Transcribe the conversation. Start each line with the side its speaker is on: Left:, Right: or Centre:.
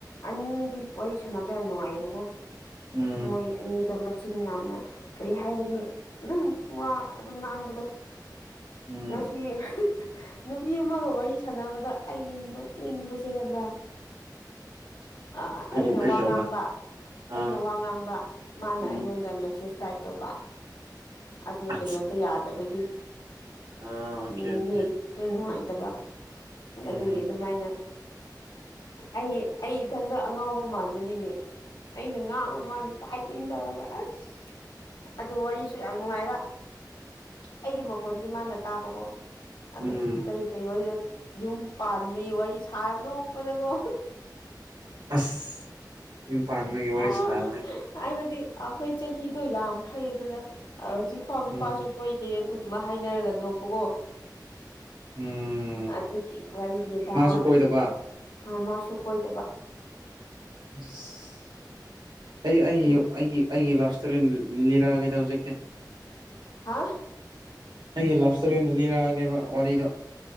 Left: ꯑꯅꯤꯗꯤ ꯋꯥꯔꯤ ꯁꯥꯟꯅꯕ ꯌꯥꯝ ꯅꯨꯡꯉꯥꯏꯌꯦꯕꯀꯣ
Right: ꯎꯝ
Left: ꯃꯣꯏ ꯑꯅꯤꯗꯣ ꯃ ꯆꯤꯟ ꯌꯥꯝꯅ ꯀꯔꯤ ꯍꯥꯏꯒꯅꯤ ꯑꯗꯨꯝ ꯋꯥ ꯑꯗꯨꯝ ꯉꯥꯡꯕꯗꯣ
Right: ꯎꯝ
Left: ꯉꯁꯤ ꯅꯨꯄꯤ ꯑꯃꯒ ꯋꯥꯔꯤ ꯁꯥꯟꯅꯕꯗ ꯑꯩ ꯅꯣꯛꯅꯤꯡꯕꯁꯦ ꯈꯪꯕ꯭ꯔꯥ <inaudible> ꯑ
Right: ꯀꯔꯤ
Left: ꯑꯩꯅ
Right: ꯀꯔꯤ
Left: ꯋꯥ
Right: ꯇꯧꯕ
Left: ꯉꯥꯡꯕ
Right: ꯑꯥ
Left: ꯑꯩꯅ ꯋꯥ ꯉꯥꯡꯕ ꯃꯥꯅ
Right: ꯎꯝ
Left: ꯑꯩꯉꯣꯟꯗ ꯃꯦꯁꯦꯁ ꯇꯥꯏꯞ ꯇꯧꯕ ꯑꯗꯨ
Right: ꯑ
Left: ꯀꯩꯅꯣꯗꯣ ꯌꯥꯗꯕꯒꯤ
Right: ꯑꯣꯀꯦ
Left: ꯎꯝ
Right: ꯑꯣꯀꯦ
Left: ꯅꯦꯠꯇꯨ ꯅꯨꯡꯉꯥꯏꯇꯕ
Right: ꯎꯝ
Left: ꯑꯗꯨꯒꯤ ꯑꯗꯨꯃꯥꯏꯅ ꯑꯩ ꯑꯩ ꯏꯊꯟꯗ ꯑꯉꯥꯎꯕ ꯃꯥꯟꯕꯅꯤꯅꯦ ꯑꯩꯅ ꯉꯥꯡꯉ ꯃꯥꯟ ꯇꯥꯏꯞ ꯄꯤꯡ ꯇꯧꯔꯒ ꯑꯁ ꯑꯗꯨ ꯋꯥꯔꯤꯁꯨ ꯌꯥꯝ ꯅꯨꯡꯉꯥꯏꯕ ꯑꯩꯒꯤ ꯃꯈꯣꯟꯗꯤ ꯃꯥꯅ ꯇꯥꯕꯀꯣ ꯑꯗꯨ
Right: ꯎꯝ
Left: ꯀꯔꯤ ꯀꯔꯤ <unintelligible> ꯑꯣꯏ ꯌꯨꯝ ꯄꯥꯟꯕꯩ ꯋꯥꯔꯤ ꯁꯥꯔ ꯅꯣꯛꯄꯗꯀꯣ
Right: ꯑꯁ ꯌꯨꯝ ꯄꯥꯟꯕꯒꯤ ꯋꯥꯔꯤ
Left: ꯑꯥ
Right: ꯁꯥꯕ ꯍꯥꯏꯔꯦ
Left: ꯍꯥꯏꯕꯗꯤ ꯑꯩꯈꯣꯏ ꯆꯍꯤꯗꯣ ꯌꯥꯝꯈ꯭ꯔꯦ ꯑꯗꯨꯅ ꯍꯧꯖꯤꯛ ꯐꯥꯎ ꯅꯨꯄꯥꯁꯨ
Right: ꯎꯝ
Left: ꯀꯣꯏ ꯗꯦ ꯗꯨꯒꯨꯝꯕ ꯍꯥꯏꯅꯔꯒ ꯅꯣꯛꯄꯀꯣ
Right: ꯎꯝ
Left: ꯑꯗꯨꯗꯤ ꯋꯥꯔꯤꯅꯦꯗꯥ
Right: ꯃꯥꯁꯨ ꯀꯣꯏꯗꯕ
Left: ꯑꯃ ꯃꯥꯁꯨ ꯁꯨꯀꯣꯏꯗꯕ
Right: ꯑꯁ ꯑꯩ ꯑꯩ
Left: ꯑꯗꯨꯒꯤ
Right: ꯑꯩ ꯑꯩꯒꯤ ꯂꯐ ꯁ꯭ꯇꯣꯔꯤ ꯂꯤꯔꯛꯑꯒꯦꯗ ꯍꯧ ꯖꯤꯛꯇꯤ
Left: ꯍꯥ
Right: ꯑꯩꯒꯤ ꯂꯐ ꯏ꯭ꯁꯇꯣꯔꯤ ꯑꯣꯏꯅ ꯂꯤꯔꯛꯑꯒꯦꯕ ꯋꯥꯔꯤꯗꯣ